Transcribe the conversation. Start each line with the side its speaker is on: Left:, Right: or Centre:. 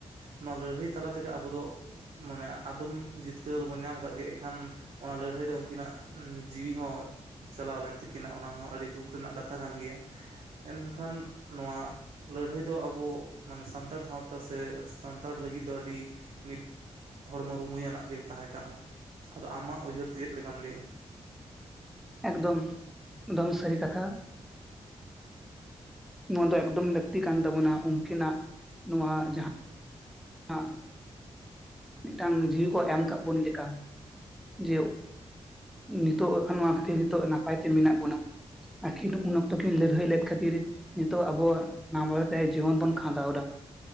Right: ᱱᱚᱣᱟ ᱞᱟᱹᱲᱦᱟᱹᱭ ᱛᱟᱞᱟ ᱛᱮᱜᱮ ᱟᱵᱚ ᱫᱚ ᱢᱟᱱᱮ ᱟᱫᱚᱢ ᱡᱤᱛᱠᱟᱹᱨ ᱫᱚᱵᱚᱱ ᱧᱟᱢ ᱟᱠᱟᱫ ᱜᱮ ᱮᱱᱠᱷᱟᱱ ᱚᱱᱟ ᱞᱟᱹᱲᱦᱟᱹᱭ ᱨᱮ ᱩᱱᱠᱤᱱᱟᱜ, ᱡᱤᱣᱤ ᱦᱚᱸ ᱪᱟᱞᱟᱣ ᱞᱮᱱ ᱛᱟᱹᱠᱤᱱᱟ ᱚᱱᱟ ᱦᱚᱸ ᱟᱹᱰᱤ ᱫᱩᱠ ᱨᱮᱱᱟᱜ ᱠᱟᱛᱷᱟ ᱠᱟᱱ ᱜᱮᱭᱟ᱾ ᱮᱱᱠᱷᱟᱱ ᱱᱚᱣᱟ ᱞᱟᱹᱲᱦᱟᱹᱭ ᱫᱚ ᱟᱵᱚ ᱢᱟᱱᱮ ᱥᱟᱱᱛᱟᱲ ᱥᱟᱶᱛᱟ ᱥᱮ ᱥᱟᱱᱛᱟᱲ ᱞᱟᱹᱜᱤᱫ ᱫᱚ ᱟᱹᱰᱤ ᱢᱤᱫ ᱦᱚᱲᱢᱚ ᱨᱩᱢᱩᱭᱟᱱᱟᱜ ᱜᱮ ᱛᱟᱦᱮᱸ ᱠᱟᱱᱟ᱾ ᱟᱫᱚ ᱟᱢᱟᱜ ᱩᱭᱦᱟᱹᱨ ᱛᱮ ᱪᱮᱫ ᱞᱮᱠᱟᱢ ᱞᱟᱹᱭᱟ?
Centre: ᱮᱠᱫᱚᱢ, ᱫᱚᱢ ᱥᱟᱹᱨᱤ ᱠᱟᱛᱷᱟ᱾ ᱱᱚᱣᱟ ᱫᱚ ᱮᱠᱫᱚᱢ ᱞᱟᱹᱠᱛᱤ ᱠᱟᱱ ᱛᱟᱵᱚᱱᱟ ᱩᱱᱠᱤᱱᱟᱜ, ᱱᱚᱣᱟ ᱡᱟᱦᱟᱸ ᱦᱟᱸᱜ, ᱢᱤᱫᱴᱟᱝ ᱡᱤᱣᱤ ᱠᱚ ᱮᱢ ᱠᱟᱜ ᱵᱚᱱ ᱞᱮᱠᱟ᱾ ᱡᱮ ᱱᱤᱛᱚᱜ ᱱᱟᱠᱷᱟᱱ ᱱᱚᱣᱟ ᱠᱷᱟᱹᱛᱤᱨ ᱱᱤᱛᱚᱜ ᱱᱟᱯᱟᱭ ᱛᱮ ᱢᱮᱱᱟᱜ ᱵᱚᱱᱟ᱾ ᱟᱹᱤᱱ ᱩᱱ ᱚᱠᱛᱚ ᱠᱤᱱ ᱞᱟᱹᱲᱦᱟᱹᱭ ᱞᱮᱫ ᱠᱷᱟᱹᱛᱤᱨ ᱱᱤᱛᱚᱜ ᱟᱵᱚ ᱱᱟᱣᱟ ᱛᱮ ᱡᱤᱭᱚᱱ ᱵᱚᱱ ᱠᱷᱟᱸᱰᱟᱣᱫᱟ,